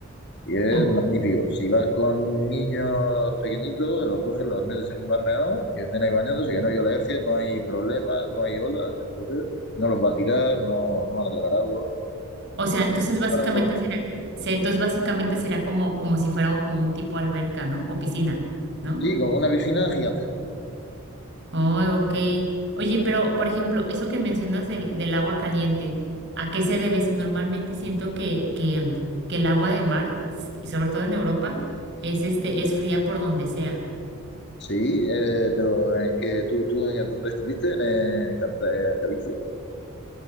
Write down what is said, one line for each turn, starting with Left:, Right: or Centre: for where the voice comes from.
Left: Y es
Right: O,
Left: magnífico. Si vas con niños pequeñitos, los coges, los metes en el Mar Menor, que estén ahí bañándose, que no hay oleaje, no hay problemas, no hay olas, entonces no los va a tirar, no, no van a tragar agua.
Right: o sea, entonces básicamente
Left: Para
Right: será, se- entonces básicamente será como, como si fuera como un tipo alberca, ¿no? O piscina, ¿no?
Left: Sí, como una piscina gigantesca.
Right: Oh, ok. Oye, pero por ejemplo, eso que mencionas del, del agua caliente, ¿a qué se debe? Si normalmente siento que, que, que el agua de mar, s- y sobre todo en Europa, es este, es fría por donde sea.
Left: Sí, eh, pero eh, que tú, tú en, ¿dónde estuviste? En, Cant- en Galicia.